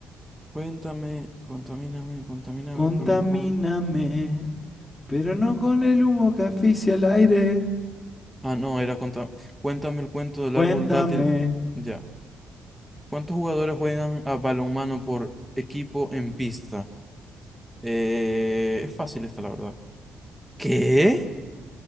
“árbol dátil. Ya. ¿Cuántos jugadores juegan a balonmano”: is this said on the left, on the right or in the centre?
Centre